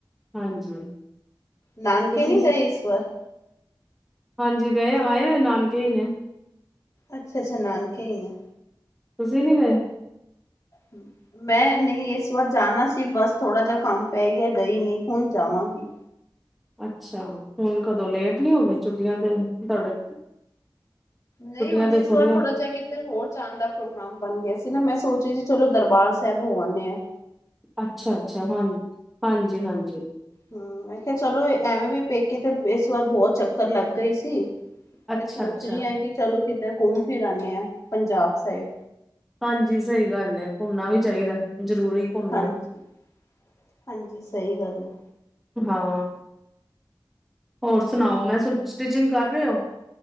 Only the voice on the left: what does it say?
ਨਾਨਕੇ
ਨੀ ਗਏ ਇਸ ਵਾਰ।
ਅੱਛਾ-ਅੱਛਾ, ਨਾਨਕੇ ਹੀ ਨੇ।
ਹੂੰ-ਹੂੰ। ਮੈਂ ਨਹੀਂ ਇਸ ਵਾਰ ਜਾਣਾ ਸੀ ਬਸ ਥੋੜ੍ਹਾ ਜਿਹਾ ਕੰਮ ਪੈ ਗਿਆ ਗਈ ਨਹੀਂ ਹੁਣ ਜਾਵਾਂਗੀ।
ਨਹੀਂ, ਹੁਣ
ਇਸ
ਵਾਰ ਥੋੜਾ ਜਿਹਾ ਕਿ ਹੋਰ ਜਾਣ ਦਾ ਪ੍ਰੋਗਰਾਮ ਬਣ ਗਿਆ ਸੀ ਨਾ ਮੈਂ ਸੋਚਿਆ ਸੀ ਚਲੋ ਦਰਬਾਰ ਸਾਹਿਬ ਹੋ ਆਨੇਆ।
ਹੂੰ, ਮੈਂ ਕਿਹਾ ਚਲੋ ਐਵੇਂ ਵੀ ਪੇਕੇ ਤੇ ਇਸ ਵਾਰ ਬਹੁਤ ਚੱਕਰ ਲੱਗ ਗਈ ਸੀ।
ਤੇ ਸੋਚ
ਰਹੀ ਆ ਕਿ ਚਲੋ ਕਿਤੇ ਘੁੰਮ-ਫਿਰ ਆਦੇ ਆ ਪੰਜਾਬ ਸਾਈਡ।
ਹਾਂਜੀ-ਹਾਂਜੀ, ਸਹੀ ਗੱਲ ਹੈ।